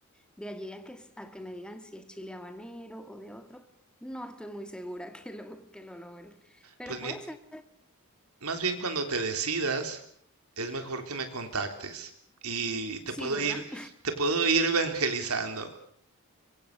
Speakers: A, in the centre; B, on the right (about 75°).
A: De allí a que, a que me digan si es chile habanero o de otro, no estoy muy segura <laughs> que lo, que lo logre. Pero
B: Pues mi-
A: puede ser,
B: más bien cuando te decidas, es mejor que me contactes y te
A: sí,
B: puedo
A: ¿verdad?
B: ir, te puedo ir evangelizando.